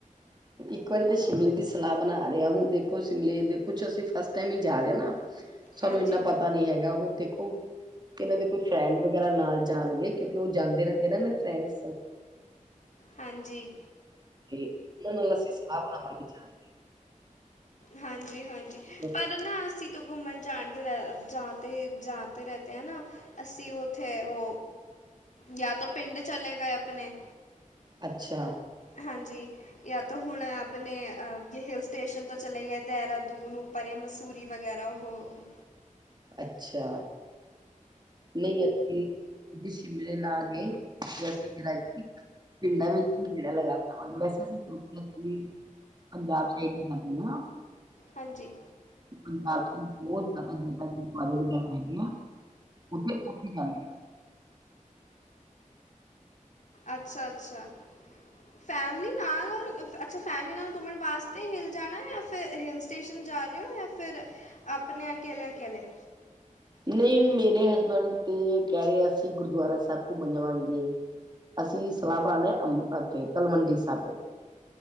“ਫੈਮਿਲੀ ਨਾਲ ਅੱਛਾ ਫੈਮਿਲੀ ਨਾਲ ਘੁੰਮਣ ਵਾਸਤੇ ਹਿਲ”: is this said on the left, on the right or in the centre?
Left